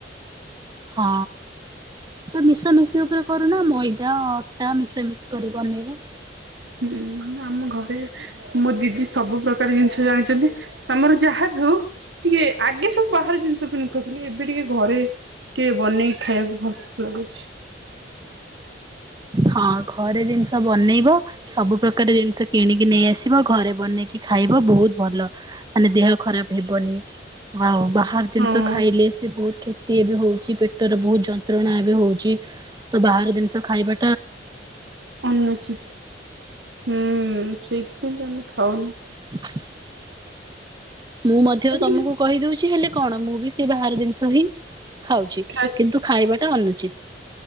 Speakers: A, on the right; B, on the right.
A: ହଁ ଯଉ ମିଶା ମିଶି ଉପରେ କ ମଇଦା ଅଟା ମିଶା ମିଶି କରି ବନେଇବ।
B: ହୁଁ ଆମ ଘରେ ମୋ ଦିଦି ସବୁ ପ୍ରକାର ଜିନିଷ ଜାଣିଚନ୍ତି ତମର ଯାହାବି ହଉ ଟିକେ ଆଗେ ସବୁ ବାହାରେ ଜିନିଷ କିଣି ଖାଉଥିଲି ଏବେ ଟିକେ ଘରେ କେ ବନେଇ ଖାଇବାକୁ ଭଲ ଲାଗୁଚି।
A: ହଁ ଘରେ ଜିନିଷ ବନେଇବ ସବୁ ପ୍ରକାର ଜିନିଷ କିଣିକି ନେଇ ଆସିବ। ଘରେ ବନେଇକି ଖାଇବ ବହୁତ ଭଲ ମାନେ ଦେହ ଖରାପ ହେବନି ଆଉ ବା ବାହାର ଜିନିଷ
B: ହଁ
A: ଖାଇଲେ ସେ ବହୁତ କ୍ଷତି ଏବେ ହେଉଚି ପେଟରେ ବହୁତ ଯନ୍ତ୍ରଣା ଏବେ ହେଉଚି। ତ ବାହାର ଜିନିଷ ଖାଇବା
B: ଅନୁଚିତ୍। ହୁଁ- ସେ କିନ୍ତୁ ଆମେ ଖାଉନୁ।
A: <inaudible> ମୁଁ ମଧ୍ୟ
B: ତାପରେ
A: ତମକୁ କହିଦଉଚି ହେଲେ କଣ ମୁଁ ବି ସେ ବାହାର ଜିନିଷ ହିଁ ଖାଉଚି
B: ଖାଇ
A: କିନ୍ତୁ ଖାଇବା ଟା ଅନୁଚିତ୍।